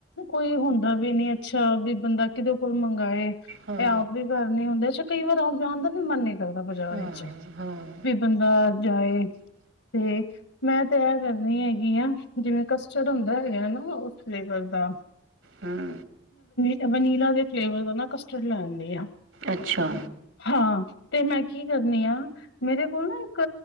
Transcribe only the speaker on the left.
ਕੋਈ ਹੁੰਦਾ ਵੀ ਨਹੀਂ ਅੱਛਾ ਵੀ ਬੰਦਾ ਕਿਦੇ ਕੋਲ ਮੰਗਾਏ
ਵਿ ਘਰ ਨਹੀਂ ਹੁੰਦੇ ਅੱਛਾ ਕਈ ਵਾਰ ਆਪ ਜਾਣਦਾ ਮਨ ਨਹੀਂ ਕਰਦਾ ਬਾਜ਼ਾਰ
ਵਿਚ
ਵੀ ਬੰਦਾ ਜਾਏ ਤੇ ਮੈਂ ਤੇ ਇਹ ਕਰਨੀ ਹੈਗੀ ਆ ਜਿਵੇਂ ਕਸਟਰਡ ਹੁੰਦਾ ਹੈਗਾ ਨਾ ਉਸ ਫਲੇਫਰ ਦਾ
ਇਹ ਵਨੀਲਾ ਦੇ ਫਲੇਵਰ ਦਾ ਨਾ ਕਸਟਰਡ ਲੈਣ ਆਦੇ ਆ
ਹਾਂ ਤੇ ਮੈਂ ਕੀ ਕਰਨੀ ਆ ਮੇਰੇ ਕੋਲ ਨਾ ਇੱਕ